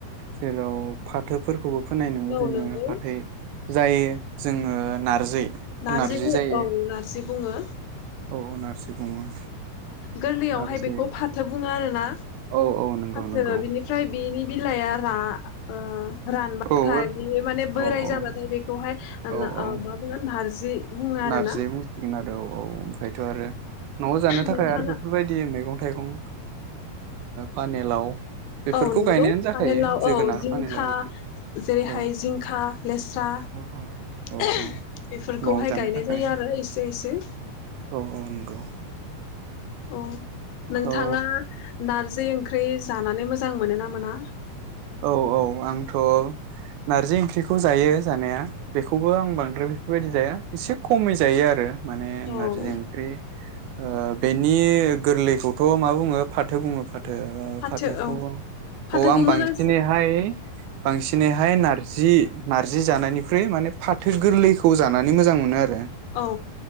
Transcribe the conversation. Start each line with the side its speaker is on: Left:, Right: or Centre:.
Right: जेराव फाथोफोरखौबो फोनाय नुयो
Left: औ
Right: जोङो
Left: नंगौ
Right: फाथै जाय जोङो नारजि
Left: नारजिबो
Right: नारजि जायो
Left: औ नारजि बुङो।
Right: औ नारसि बुङो।
Left: गोरलैयावहाय
Right: नारजि
Left: बेखौ फाथो बुङो आरो ना
Right: औ औ नंगौ
Left: फाथो
Right: नंगौ
Left: बिनिफ्राय बेनि बिलाया रा ओ रानबाथाय
Right: औ आरो
Left: बेयो माने बोराय
Right: औ औ
Left: जाबाथाय बेखौहाय
Right: औ
Left: ना ओ
Right: औ
Left: मा बुंगोन नारजि बुङो आरोना
Right: नारजि बुंसिगोन आरो औ। औ ओमफ्रायथ' आरो न'आव जानो थाखाय
Left: नोंथाङा
Right: आरो बेफोरबायदि मैगं थाइगं ओ पानेलाव बेफोरखौ
Left: औ नंगौ
Right: गायनायानो जाखायो
Left: पानेलाव
Right: जोगोनार
Left: औ जिंखा
Right: फानिलाव बेफोरखौ
Left: जेरैहाय
Right: औ
Left: जिंखा, लेस्रा
Right: औ औ
Left: बेफोरखौहाय
Right: औ न'आव जानो
Left: गायनाय
Right: थाखाय
Left: जायो आरो इसे इसे।
Right: औ औ नंगौ
Left: औ। नोंथाङा
Right: औ
Left: नारजि ओंख्रि जानानै मोजां मोनो ना मोना?
Right: औ औ आंथ' नारजि ओंख्रिखौ जायो जानाया बेखौबो आं बांद्राय बेफोरबायदि जाया एसे खमै जायो आरो। माने
Left: औ
Right: नारजि ओंख्रि ओ बेनि गोरलैखौथ' मा बुङो फाथो बुङो फा थो ओ
Left: फाथो
Right: फाथोखौ
Left: औ
Right: औ
Left: फाथोखौ
Right: आं बांसिन
Left: मोजांसिन
Right: दिनैहाय बांसिनैहाय नारजि नार्जि जानायनिख्रुइ माने फाथो गोरलैखौ जानानै मोजां मोनो आरो।
Left: औ।